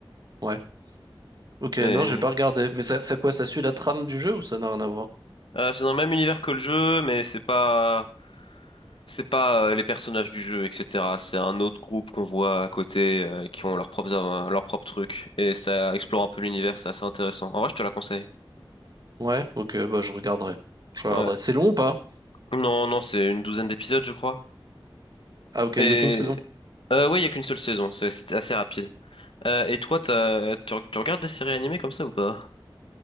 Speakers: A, on the right; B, on the left.
A: ouais. Ok,
B: Et
A: non, j'ai pas regardé. Mais ça, ça quoi, ça suit la trame du jeu ou ça n'a rien à voir?
B: euh, c'est dans le même univers que le jeu, mais c'est pas c'est pas euh, les personnages du jeu, etc. C'est un autre groupe qu'on voit à côté euh, qui ont leurs propres euh, leurs propres trucs et ça explore un peu l'univers, c'est assez intéressant. En vrai, je te la conseille.
A: Ouais, ok, bah je regarderai. Je regarderai.
B: Ouais.
A: C'est long ou pas?
B: Non, non, c'est une douzaine d'épisodes, je crois.
A: Ah ok,
B: Et
A: il y a qu'une saison.
B: euh, ouais, il y a qu'une seule saison, c'est- c'était assez rapide. Euh, et toi, t'as- tu, tu regardes des séries animées comme ça ou pas?